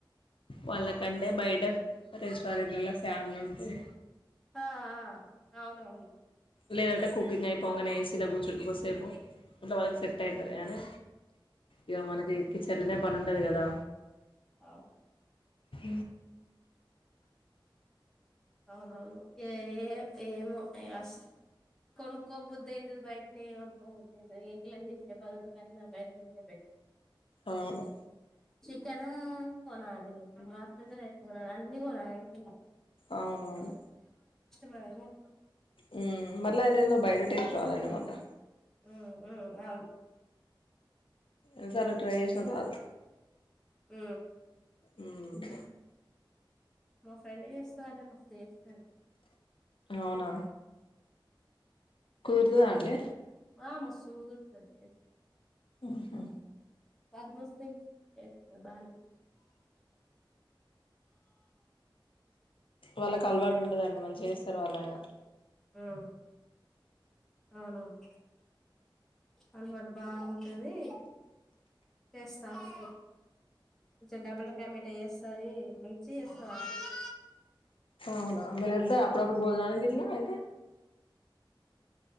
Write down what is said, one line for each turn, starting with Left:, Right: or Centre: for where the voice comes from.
Left: వాళ్ళకంటే బయట రెస్టారెంట్లలలో ఫ్యాన్లు ఉంటాయి
Centre: ఆ ఆ అవును అవును.
Left: లేదంటే కుకింగ్ అయ్యిపొంగానే ఏ సీలో కూర్చుంటుకోసేపు ఇట్లా వాళ్ళకు సెట్ అయితది కానీ ఇగ మనకి కిచెన్ ప్ తను ఉంటది గాదా
Centre: అవు
Left: ఊ
Centre: అవునవును ఏ ఏమో అయాస్ కొనుక్కో బుద్ధి అయితది బయటనే కొనుక్కో బుద్ధి అయితది ఇంట్లో చేసే బదులు కానీ నా బయట తింటే బెట
Left: అవును
Centre: చికెనూ కొనాలి బాసుమతి రైస్ కొనాలి అన్ని కొనాలిలా
Left: అవునవును
Centre: మనము
Left: ఊ మళ్ళ అదెందో బయట లక్ రాదండి మళ్లా
Centre: ఉ ఉ అవున్
Left: ఓసారి ట్రై జేసిన రాదు
Centre: ఆ
Left: ఉమ్
Centre: మా ఫ్రెండ్ చేస్తాందండి మస్త్ చేస్తాది.
Left: అవునా కుర్దుద అండీ
Centre: హ మస్తు కుదురుతది
Left: ఆహా
Centre: <unintelligible> దానివి
Left: వాళ్ళకు అలవాటు ఉంటదండి మంచిగా జెస్తారు వాళ్లయినా
Centre: ఆ అవునవును అల్వాటు బాగుంటది చేస్తా ఉంటు కొంచం డబ్బుల కమిటా ఎస్ సరే మంచిగా చేస్తావ్ అన్ని
Left: అవునా మీరు
Centre: ఐటమ్స్
Left: వెళ్తారా అప్పుడప్పుడు భోజనానికి గిట్ల అయితే